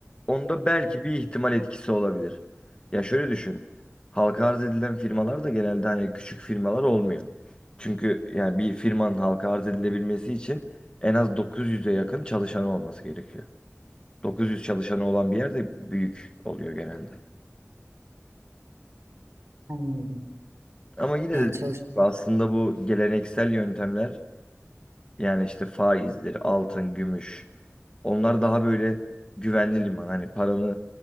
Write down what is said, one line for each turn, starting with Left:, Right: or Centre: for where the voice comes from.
Left: Onda belki bir ihtimal etkisi olabilir. Ya şöyle düşün. Halka arz edilen firmalar da genelde hani küçük firmalar olmuyor. Çünkü yani bir firmanın halka arz edilebilmesi için en az 900'e yakın çalışanı olması gerekiyor. 900 çalışanı olan bir yerde büyük oluyor genelde.
Right: Anladım.
Left: Ama yine
Right: Yani
Left: de dediğim
Right: çalış.
Left: gibi aslında bu geleneksel yöntemler Yani işte faizdir, altın, gümüş. Onlar daha böyle güvenli liman. Hani paranı